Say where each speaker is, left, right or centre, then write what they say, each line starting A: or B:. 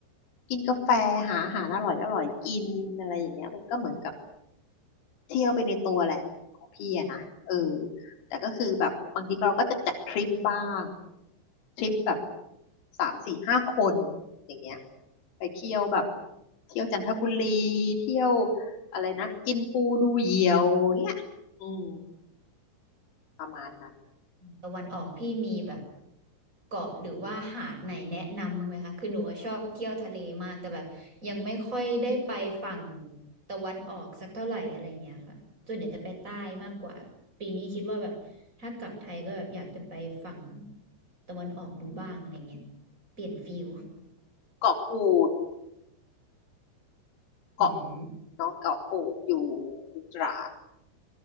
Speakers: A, on the left; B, on the right.
A: กินกาแฟ หาอาหารอร่อยอร่อยกินอะไรอย่างเงี้ยมันก็เหมือนกับเที่ยวไปในตัวแหละของพี่อะนะเออแต่ก็คือแบบบางทีเราก็จะจัดทริปบ้าง ทริปแบบสามสี่ห้าคนอย่างเงี้ยไปเที่ยวแบบเที่ยวจันทบุรีเที่ยวอะไรนะ กินปูดูเหยี่ยวเงี้ยอืมประมาณนั้น
B: ตะวันออกพี่มีแบบเกาะหรือว่าหาดไหนแนะนำบ้างไหมคะคือหนูชอบเที่ยวทะเลมากแต่แบบยังไม่ค่อยได้ไปฝั่งตะวันออกสักเท่าไหร่อะไรอย่างเงี้ยค่ะส่วนใหญ่จะไปใต้มากกว่าปีนี้คิดว่าแบบถ้ากลับไทยก็แบบอยากจะไปฝั่งตะวันออกดูบ้างอะไรเงี้ยเปลี่ยนฟิล
A: เกาะกูด เกาะกูดเนาะเกาะกูดอยู่อยู่ตราด
B: อืม